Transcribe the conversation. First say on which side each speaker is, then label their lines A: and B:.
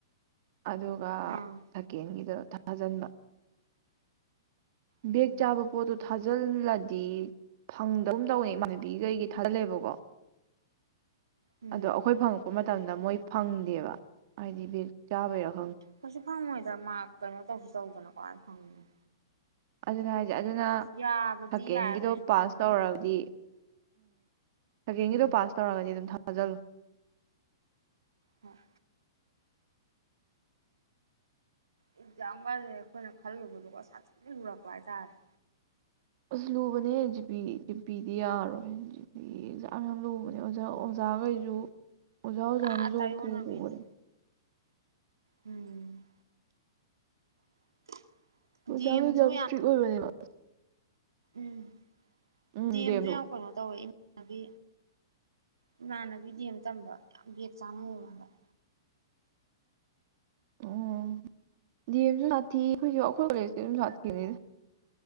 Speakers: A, on the right; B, on the right.
A: ꯑꯗꯨꯒ
B: ꯑꯥ
A: ꯁꯀꯦꯟꯒꯤꯗꯣ ꯊꯥꯖꯟꯕ
B: ꯎꯝ
A: ꯕꯦꯛ ꯆꯥꯕ ꯄꯣꯠꯇꯣ ꯊꯥꯖ ꯊꯥꯖꯜꯂꯗꯤ ꯐꯪꯗꯒꯨꯝ ꯇꯧꯋꯦ ꯏꯃꯥꯟꯅꯕꯤꯒꯤꯗꯣ ꯑꯩꯒꯤ ꯊꯥꯖꯜꯂꯦꯕꯀꯣ
B: ꯎꯝ
A: ꯑꯗꯣ ꯑꯈꯣꯏ ꯐꯪꯉꯛꯄ ꯃꯇꯝ ꯇꯝꯗ ꯃꯣꯏ ꯐꯪꯗꯦꯕ ꯍꯥꯏꯗꯤ ꯕꯦꯛ ꯆꯥꯕꯩꯔꯛ
B: ꯀꯁꯨ ꯐꯪꯉꯣꯏ ꯗ ꯃꯥꯛ ꯀꯩꯅꯣ ꯇꯧꯁꯨ ꯇꯧꯗꯅ ꯀꯃꯥꯏ ꯐꯪ
A: ꯑꯗꯨꯅꯦ ꯍꯥꯏ ꯑꯗꯨꯅ
B: ꯌꯥꯕꯗꯤ
A: ꯁꯀꯦꯟꯒꯤꯗꯣ
B: ꯌꯥꯏ ꯑꯗꯨ ꯑꯣꯏꯁꯨ
A: ꯄꯥꯁ
B: ꯐꯪꯉꯣꯏꯕ
A: ꯇꯧꯔꯗꯤ ꯁꯀꯦꯟꯒꯤꯗꯣ
B: ꯎꯝ
A: ꯄꯥꯁ ꯇꯧꯔꯒꯗꯤ ꯑꯗꯨꯝ ꯊ ꯊꯥꯖꯜꯂꯨ
B: ꯍꯣꯏ ꯑꯦꯛꯖꯥꯝ ꯒꯥꯖꯦ ꯑꯈꯣꯏꯅ ꯈꯜꯂꯨꯕꯗꯨꯒ ꯁꯥꯊꯤꯅ ꯂꯨꯔꯝꯕ ꯍꯥꯏꯇꯥꯔꯦ
A: ꯑꯁ ꯂꯨꯕꯅꯦ ꯖꯤꯄꯤ ꯖꯤꯄꯤꯗꯤ ꯌꯥꯔꯣꯏ ꯖꯤꯄꯤ ꯖꯥꯝ ꯌꯥꯝ ꯂꯨꯕꯅꯦ ꯑꯣꯖꯥ ꯑꯣꯖꯥꯒꯩꯖꯨ ꯑꯣꯖꯥ ꯑꯣꯖꯥꯅꯖꯨ
B: ꯄꯨꯔꯥ ꯇꯥꯏꯌꯣꯟꯅꯕꯤꯅꯤ
A: ꯑꯃꯨꯛ ꯄꯨ ꯄꯨꯕꯅꯤ
B: ꯎꯝ <unintelligible>
A: ꯑꯣꯖꯥꯒꯩꯖꯦ
B: ꯗꯤ ꯑꯦꯝꯁꯨ
A: ꯌꯥꯝ ꯏꯁꯇ꯭ꯔꯤꯛ ꯑꯣꯏꯕꯅꯦꯕ
B: ꯎꯝ
A: ꯎꯝ
B: ꯗꯤ ꯌꯦꯝ
A: ꯗꯦꯝꯗꯣ
B: ꯖꯨ ꯌꯥꯝ ꯀꯩꯅꯣ ꯇꯧꯋꯦ ꯅꯕꯤ ꯏꯃꯥꯟꯅꯕꯤ ꯗꯤ ꯑꯦꯝ ꯇꯝꯕ ꯌꯥꯝ ꯕꯦꯛ ꯆꯥꯅꯩꯕ ꯍꯟꯗꯛ
A: ꯑꯣ ꯗꯤꯑꯦꯝꯖꯨ ꯁꯥꯊꯤ ꯑꯈꯣꯏꯖꯨ ꯑꯈꯣꯏ ꯀꯣꯂꯦꯖꯇꯤ ꯑꯗꯨꯝ ꯁꯥꯊꯤꯕꯅꯤ